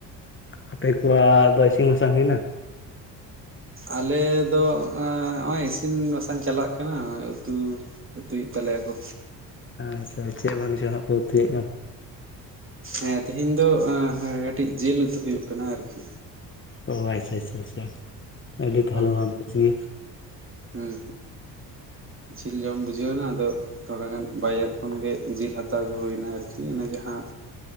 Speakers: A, on the left; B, on the right.
A: ᱟᱯᱮ ᱠᱚᱣᱟᱜ ᱫᱚ ᱤᱥᱤᱱ ᱵᱟᱥᱟᱝ ᱦᱩᱭᱱᱟ
B: ᱟᱞᱮ ᱫᱚ ᱱᱚᱜᱼᱚᱭ ᱤᱥᱤᱱ ᱵᱟᱥᱟᱝ ᱪᱟᱞᱟᱜ ᱠᱟᱱᱟ ᱩᱛᱩ ᱩᱛᱩᱭᱮᱫ ᱛᱟᱞᱮᱭᱟ ᱠᱚ
A: ᱟᱪᱪᱷᱟ ᱪᱮᱫ ᱵᱟᱝᱟᱱᱪᱚ ᱦᱟᱸᱜ ᱯᱮ ᱩᱛᱩᱭᱮᱫ ᱠᱟᱱ
B: ᱦᱮᱸ ᱛᱮᱦᱮᱧ ᱫᱚ ᱠᱟᱹᱴᱤᱡ ᱡᱤᱞ ᱩᱛᱩ ᱦᱩᱭᱩᱜ ᱠᱟᱱᱟ ᱟᱨᱠᱤ
A: ᱚ ᱟᱪᱪᱷᱟ ᱟᱪᱪᱷᱟ ᱟᱪᱪᱷᱟ ᱟᱹᱰᱤ ᱛᱟᱦᱞᱮ
B: ᱦᱳᱭ
A: ᱢᱟᱡᱽ ᱜᱮ
B: ᱦᱩᱸ ᱡᱤᱞ ᱡᱚᱢ ᱵᱩᱡᱷᱟᱹᱣ ᱮᱱᱟ ᱟᱫᱚ ᱛᱷᱚᱲᱟ ᱜᱟᱱ ᱵᱟᱡᱟᱨ ᱠᱷᱚᱱ ᱜᱮ ᱡᱤᱞ ᱦᱟᱛᱟᱣ ᱟᱹᱜᱩ ᱦᱩᱭᱱᱟ ᱟᱨᱠᱤ ᱚᱱᱟ ᱡᱟᱦᱟᱸ